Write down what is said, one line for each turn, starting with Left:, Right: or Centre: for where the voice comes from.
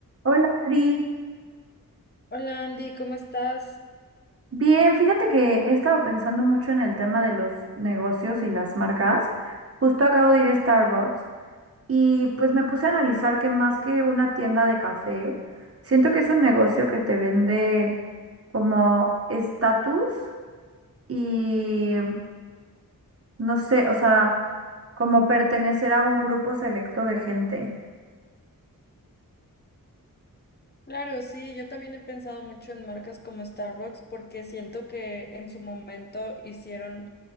Right: Hola, Ari.
Left: Hola Andy, ¿cómo estás?
Right: Bien, fíjate que he estado pensando mucho en el tema de los negocios y las marcas. Justo acabo de ir a Starbucks y pues me puse a analizar que más que una tienda de café, siento que es un negocio que te vende como estatus y no sé, o sea, como pertenecer a un grupo selecto de gente.
Left: Claro, sí, yo también he pensado mucho en marcas como Starbucks porque siento que en su momento hicieron